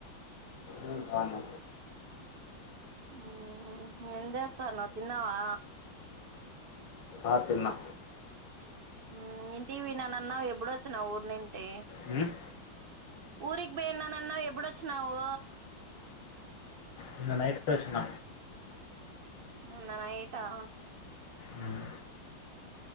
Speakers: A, on the left; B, on the right.
A: ఆ బాగున్న
B: ఉం ఏం చేస్తానావు తిన్నావా
A: ఆ తిన్నా
B: ఉం ఇంటి పోయినను అన్నావ్ ఎప్పుడొచ్చినాన్ ఊరినింటే
A: ఉం
B: ఊరికి పోయయిన్నాన్న ఎపూడొచ్చునావు
A: నిన్న నైట్ కే వచ్చిన
B: నిన్న నైట్ ఆ
A: ఉమ్,